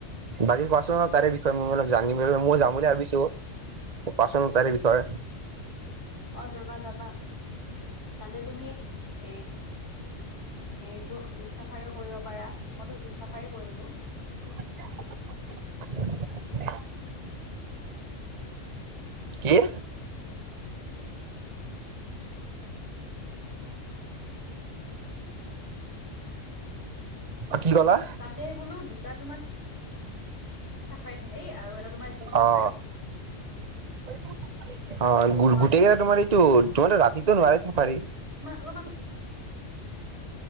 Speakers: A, on the right; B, on the left.
A: বাকী কোৱাচোন ন' তাৰে বিষয়ে, মই অলপ জানিব, মই যাম বুলি ভাবিছো।
B: <inaudible>
A: কোৱাচোন তাৰে বিষয়ে।
B: অ যাবা যাবা, তাতে তুমি এ এইটো জীপ চাফাৰীও কৰিব পাৰা, মইতো জীপ চাফাৰী কৰিলো।
A: <inaudible> কি?
B: <inaudible>
A: অ' কি কলা?
B: তাতে বোলো দুটা তোমাৰ চাফাৰী থাকে দেই, আৰু এটা তোমাৰ জীপ চাফাৰী।
A: অ', অ'
B: ত' মইতো
A: গোটেইকেইটা
B: হাতীত
A: তোমাৰ এইটো, তোমাৰ ৰাতিতো নহয় চাফাৰী?
B: মা অকমান